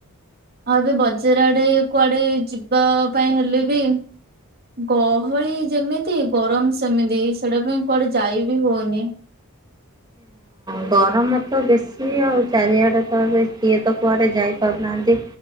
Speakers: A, on the right; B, on the right.
A: ଆଉ ଏବେ ବଜାର ଆଡେ କୁଆଡେ ଯିବା ପାଇଁ ହେଲେ ବି ଗହଳି ଯେମିତି ଗରମ ସେମିତି ସେଇଟା ପାଇଁ କୁଆଡେ ଯାଇ ବିି ହଉନି।
B: ଗରମ ତ ବେଶୀ ଆଉ ଚାରିଆଡେ ତ କିଏ ତ କୁଆଡେ ଯାଇପାରୁନାହାନ୍ତି।